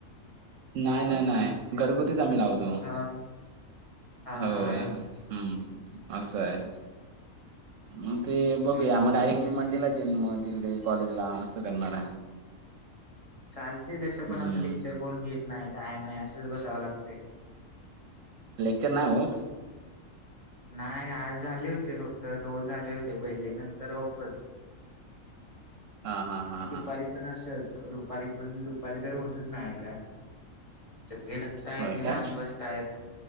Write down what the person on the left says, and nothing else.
हा
हा
हा हा
हम्म हम्
चालते तसं
पण आता लेक्चर कोण घेत नाय काय नाय असंच बसावं लागते.
नाही आज झाले होते फक्त दोन झाले होते पहिले नंतर ऑफच.
दुपारी
पण असंच दुपारी पण दुपारी तर होतच नाय काय. सगळे जगतायत
निवांत
बसतायत